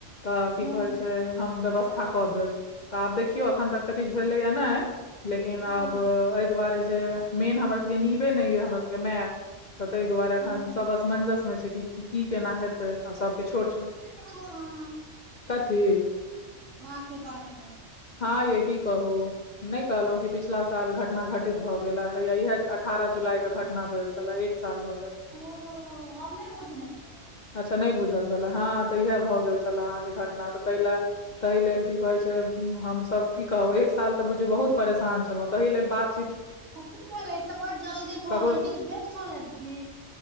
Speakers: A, on the left; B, on the right.
A: तऽ की
B: हँ
A: कहै छै हम व्यवस्था कऽ देब तऽ आब देखियौ एखन तक तऽ किछ भेलैया नय लेकिन
B: हँ
A: आब एहि दुआरे जे मेन हमर सबके निबे नै यै हमर सबके माए तऽ ताहि दुआरे
B: हँ
A: एखन सब असमंजस मे छै कि की केना हेतै आ सबके छोट छोट
B: ह ह <unintelligible>
A: कथी
B: माँ के बारेमे
A: हँ यै की कहू नै कहलौं कि पिछिला साल घटना घटित भऽ गेलए हैया इएह अठारह जुलाई क घटना भेल छलए एक साल भऽ गेल
B: ओ अपने बुझने छलौं
A: अच्छा नै बुझल छलए हँ तऽ इह भऽ गेल छलए अहाँके घटना तऽ तैलए तहि लेल की कहै छै <unintelligible> हम सब की कहों एक साल त बुझियौ त बहुत परेशान छलौं तहि लेल बात
B: की करै तऽ बड जल्दी भऽ
A: ककरो
B: गेल किछु भेल छलन की